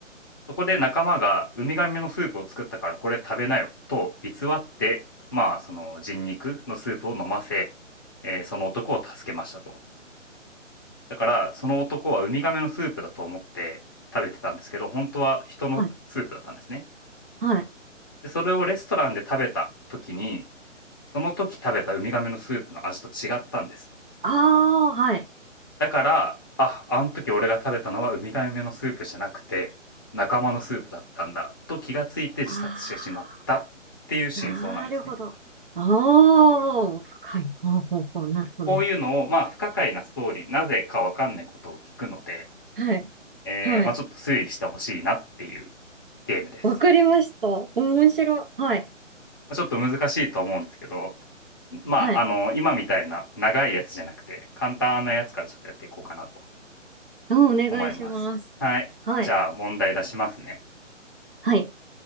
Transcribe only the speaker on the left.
そこで仲間がウミガメのスープを作ったからこれ食べなよと偽って、まあ、その人肉のスープを飲ませ、えーその男を助けましたと。だから、その男はウミガメのスープだと思って食べてたんですけど、本当は人のスープだったんですね。
でそれをレストランで食べた時に、その時食べたウミガメのスープの味と違ったんです。
だから、あ、あの時俺が食べたのはウミガメのスープじゃなくて、仲間のスープだったんだと気がついて自殺してしまったっていう真相なんですね。
こういうのを、まあ、不可解なストーリー、なぜかわかんないことを聞くので、
えー、
まあ、ちょっと推理してほしいなっていうゲームです。
まちょっと難しいと思うんですけど、まあ、
あの、今みたいな長いやつじゃなくて、簡単なやつからちょっとやっていこうかなと
思います。はい。
じゃあ問題出しますね。